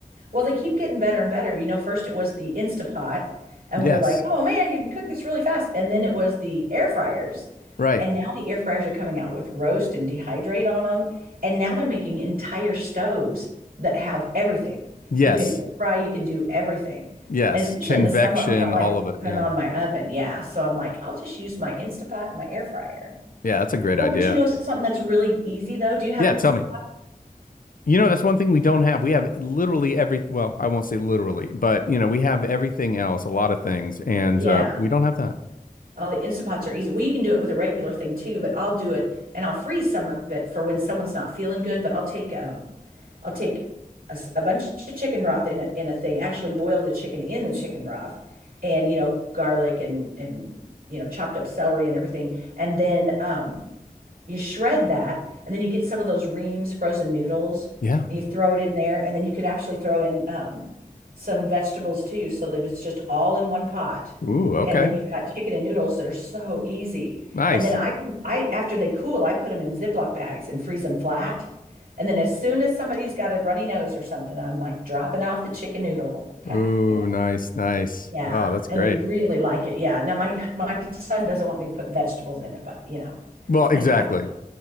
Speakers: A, on the right; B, on the left.
A: Well, they keep getting better and better. You know, first it was the Instapot, and
B: Yes,
A: we were like, oh man, you can cook this really fast. And then it was the air fryers.
B: right.
A: And now the air fryers are coming out with roast and dehydrate on them. And now they're making entire stoves that have everything.
B: Yes,
A: You can air fry, you can do everything.
B: yes.
A: And especially
B: Convection,
A: in the summer, I don't like
B: all
A: Yeah.
B: of it.
A: turning
B: Yeah,
A: on my oven. Yeah. So I'm like, I'll just use my Instapot and my air fryer.
B: yeah. That's a great
A: Oh,
B: idea.
A: but you know something that's really easy though? Do you have
B: Yeah,
A: an
B: tell
A: Instapot?
B: me. You know, that's one thing we don't have. We have literally every, well, I won't say literally, but you know, we have everything else, a lot of things, and
A: Yeah.
B: uh, we don't have that.
A: Oh, the instant pots are easy. Well, you can do it with a regular thing too, but I'll do it and I'll freeze some of it for when someone's not feeling good. But I'll take um, I'll take a, s- a bunch of chicken broth in a, in a thing. Actually, boil the chicken in the chicken broth, and you know, garlic and and you know, chopped up celery and everything. And then um, you shred that, and then you get some of those Reams frozen noodles,
B: Yeah.
A: and you throw it in there, and then you could actually throw in um, some vegetables too, so that it's just all in one pot.
B: Ooh, okay.
A: And then you've got chicken and noodles that are so easy.
B: Nice.
A: And then I, I after they cool, I put them in Ziploc bags and freeze them flat. And then as soon as somebody's got a runny nose or something, I'm like dropping off the chicken noodle pack,
B: Ooh,
A: you know.
B: nice, nice.
A: Yeah,
B: Oh, that's
A: and
B: great.
A: they really like it. Yeah. Now my my son doesn't want me to put vegetables in it, but you know,
B: Well, exactly.
A: I, I